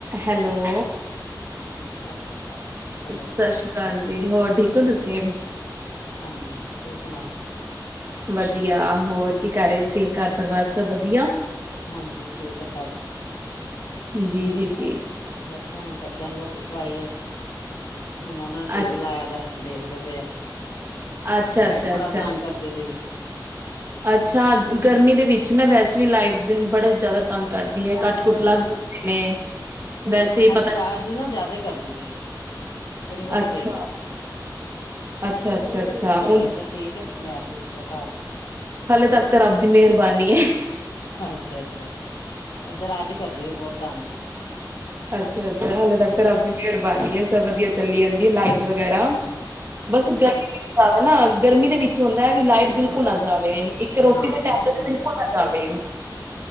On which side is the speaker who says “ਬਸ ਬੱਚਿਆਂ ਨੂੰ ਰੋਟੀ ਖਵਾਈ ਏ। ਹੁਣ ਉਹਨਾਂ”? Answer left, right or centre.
Left